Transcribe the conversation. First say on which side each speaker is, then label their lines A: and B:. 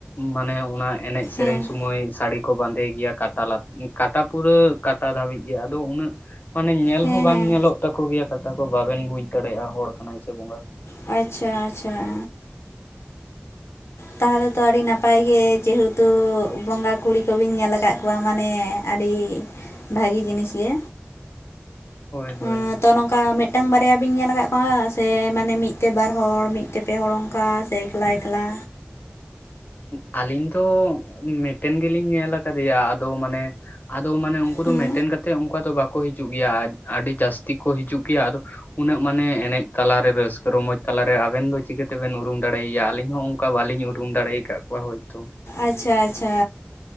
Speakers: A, on the left; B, on the left.
A: ᱢᱟᱱᱮ ᱚᱱᱟ ᱮᱱᱮᱡ ᱥᱮᱨᱮᱧ
B: ᱦᱮᱸ
A: ᱥᱚᱢᱚᱭ ᱥᱟᱹᱲᱤ ᱠᱚ ᱵᱟᱸᱫᱮ ᱜᱮᱭᱟ ᱠᱟᱴᱟ ᱞᱟ ᱠᱟᱴᱟ ᱯᱩᱨᱟᱹ ᱠᱟᱴᱟ ᱫᱷᱟᱹᱵᱤᱡ ᱜᱮᱭᱟ ᱟᱫᱚ ᱩᱱᱟᱹᱜ ᱢᱟᱱᱮ ᱧᱮᱞ
B: ᱦᱮᱸ
A: ᱦᱚᱸ ᱵᱟᱝ
B: ᱦᱮᱸ
A: ᱧᱮᱞᱚᱜ ᱛᱟᱠᱚ ᱜᱮᱭᱟ ᱟᱫᱚ ᱵᱟᱵᱮᱱ ᱵᱩᱡᱽ ᱫᱟᱲᱮᱭᱟᱜᱼᱟ ᱦᱚᱲ ᱠᱟᱱᱟᱭ ᱥᱮ ᱵᱚᱸᱜᱟ ᱠᱟᱱᱟᱭ
B: ᱟᱪᱪᱷᱟ ᱟᱪᱪᱷᱟ ᱛᱟᱦᱚᱞᱮ ᱛᱚ ᱟᱹᱰᱤ ᱱᱟᱯᱟᱭ ᱜᱮ ᱡᱮᱦᱮᱛᱩ ᱵᱚᱸᱜᱟ ᱠᱩᱲᱤ ᱠᱚᱵᱤᱱ ᱧᱮᱞ ᱟᱠᱟᱫ ᱠᱚᱣᱟ ᱢᱟᱱᱮ ᱟᱹᱰᱤ ᱵᱷᱟᱹᱜᱤ ᱡᱤᱱᱤᱥ ᱜᱮ
A: ᱦᱳᱭ ᱦᱳᱭ
B: ᱩᱸ, ᱛᱚ ᱱᱚᱝᱠᱟ ᱢᱤᱫᱴᱟᱝ ᱵᱟᱨᱭᱟ ᱵᱤᱱ ᱧᱮᱞ ᱟᱠᱟᱫ ᱠᱚᱣᱟ ᱥᱮ ᱢᱟᱱᱮ ᱢᱤᱫ ᱛᱮ ᱵᱟᱨ ᱦᱚᱲ ᱢᱤᱫ ᱛᱮ ᱯᱮ ᱦᱚᱲ ᱚᱱᱠᱟ ᱥᱮ ᱮᱠᱞᱟ ᱮᱠᱞᱟ
A: ᱟᱞᱤᱧ ᱫᱚ ᱢᱤᱫᱴᱮᱱ ᱜᱮᱞᱤᱧ ᱧᱮᱞ ᱟᱠᱟᱫᱮᱭᱟ ᱟᱫᱚ ᱢᱟᱱᱮ ᱟᱫᱚ ᱢᱟᱱᱮ ᱩᱱᱠᱩ
B: ᱦᱮᱸ
A: ᱫᱚ ᱢᱮᱱᱴᱮᱱ ᱠᱟᱛᱮᱫ ᱩᱱᱚᱱᱠᱟ ᱫᱚ ᱵᱟᱠᱚ ᱦᱤᱡᱩᱜ ᱜᱮᱭᱟ ᱟᱹᱰᱤ ᱡᱟᱹᱥᱛᱤ ᱠᱚ ᱦᱤᱡᱩᱜ ᱜᱮᱭᱟ ᱟᱫᱚ ᱩᱱᱟᱹᱜ ᱢᱟᱱᱮ ᱮᱱᱮᱡ ᱛᱟᱞᱟᱨᱮ ᱨᱟᱹᱥᱠᱟᱹ ᱨᱚᱢᱚᱡᱽ ᱛᱟᱞᱟᱨᱮ ᱟᱵᱮᱱ ᱫᱚ ᱪᱤᱠᱟᱹᱛᱮᱵᱮᱱ ᱩᱨᱩᱢ ᱫᱟᱲᱮᱭᱟᱭᱭᱟ ᱟᱞᱤᱧ ᱦᱚᱸ ᱚᱱᱠᱟ ᱵᱟᱞᱤᱧ ᱩᱨᱩᱢ ᱫᱟᱲᱮ ᱟᱠᱟᱫ ᱠᱚᱣᱟ ᱦᱳᱭᱛᱚ
B: ᱟᱪᱷᱟ ᱟᱪᱷᱟ